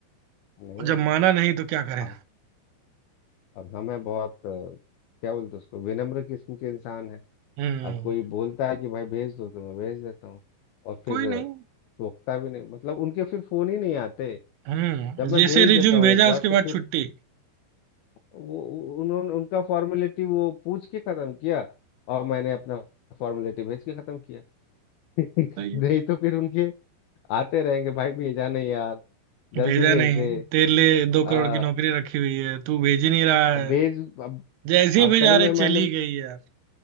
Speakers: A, on the left; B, on the right.
A: नहीं
B: जब
A: माना
B: माना नहीं तो क्या करें
A: अब अब हमें बहुत अ, क्या बोलते हैं उसको विनम्र किस्म के इंसान है
B: हम्म
A: अब कोई बोलता है कि भाई भेज दो तो मैं भेज देता हूँ और फिर
B: कोई नहीं
A: अ, टोकता भी नहीं मतलब उनके फिर फोन ही नहीं आते
B: हम्म
A: जब मैं
B: जैसे
A: भेज
B: रिज्यूम
A: देता हूँ
B: भेजा
A: एक बार
B: उसके
A: तो
B: बाद
A: फिर
B: छुट्टी
A: वो वो- उन्होंने उनका फॉर्मेलिटी वो पूछ के खत्म किया और मैंने अपना फॉर्मेलिटी भेज के खत्म किया <laughs>
B: सही है
A: नहीं तो फिर उनके आते रहेंगे भाई भेजा नहीं यार जल्दी
B: भेजा
A: भेज
B: नहीं
A: दे
B: तेरे लिए दो करोड़
A: आ,
B: की नौकरी रखी हुई है तू भेज ही नहीं रहा है
A: अब भेज अब
B: जैसे ही
A: अब
B: भेजा
A: कहीं मैं
B: रहे चली
A: मैंने
B: गई यार